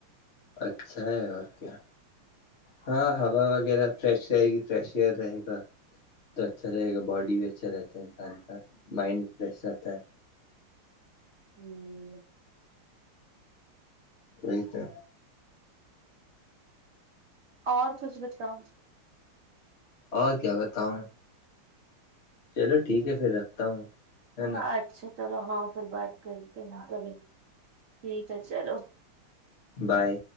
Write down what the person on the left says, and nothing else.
اچھا ہے اور کیا ہاں ہوا وغیرہ فریش رہے گی فریش ایئر رہے گا تو اچھا رہے گا باڈی بھی اچھا رہتا ہے انسان کا مائنڈ فریش رہتا ہے
وہی تو
اور کیا بتاؤں چلو ٹھیک ہے پھر رکھتا ہوں ہے نا
بائے